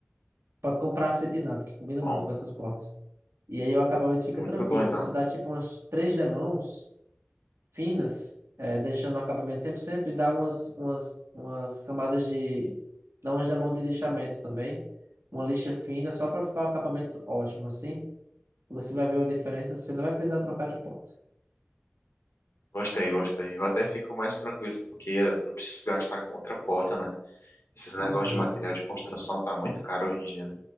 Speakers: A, on the right; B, on the left.
A: Pode comprar acetinado, que combina
B: Bom,
A: muito com essas portas. E aí o acabamento fica
B: muito
A: tranquilo.
B: bom então.
A: Você dá tipo umas três demãos finas, é, deixando o acabamento 100% e dá umas, umas, umas camadas de... Dá umas demãos de lixamento também. Uma lixa fina só para ficar o acabamento ótimo assim. Você vai ver uma diferença, você não vai precisar trocar de ponta.
B: Gostei, gostei. Eu até fico mais tranquilo porque eu não preciso gastar com outra porta, né? Esses negócios
A: Uhum,
B: de material de construção tá muito caro hoje em dia, né?